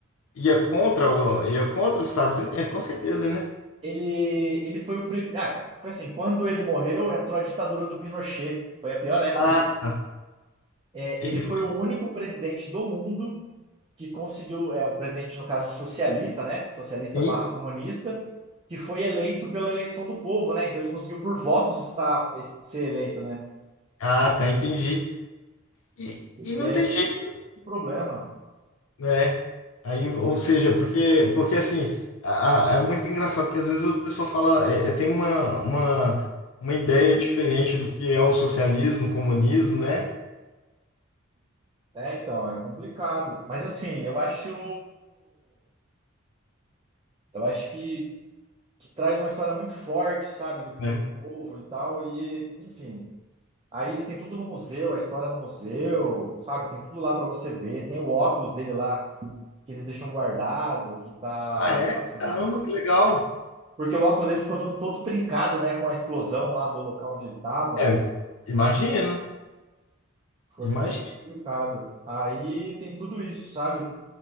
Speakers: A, on the left; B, on the right.
A: Ia contra o, ia contra os Estados Unidos? É, com certeza, né?
B: Ele, ele foi o. primeiro Ah, foi assim, quando ele morreu, entrou a ditadura do Pinochet. Foi a pior época
A: Ah,
B: do
A: tá.
B: É,
A: ele
B: ele foi
A: foi.
B: o único presidente do mundo que conseguiu, é um presidente, no caso, socialista, né? Socialista
A: Sim.
B: barra comunista, que foi eleito pela eleição do povo, né? Então ele conseguiu por votos estar, ser eleito, né?
A: Ah, tá, entendi. E, e não
B: E aí,
A: tem jeito,
B: o problema.
A: né? Aí, ou seja, porque, porque assim, a- a- é muito engraçado que às vezes a pessoa fala, é, é, tem uma, uma, uma ideia diferente do que é o socialismo, o comunismo, né?
B: É, então, é complicado. Mas assim, eu acho. Eu acho que, que traz uma história muito forte, sabe, do, pro
A: É.
B: povo e tal. E, enfim. Aí eles têm tudo no museu, a história no museu, sabe? Tem tudo lá para você ver. Tem o óculos dele lá que eles deixam guardado, que tá
A: Ah, é?
B: relacionado.
A: Caramba, que legal.
B: Porque o óculos ele ficou todo, todo trincado, né, com a explosão lá do local onde ele tava.
A: É, imagina,
B: Foi
A: imagina,
B: bem complicado. Aí tem tudo isso, sabe?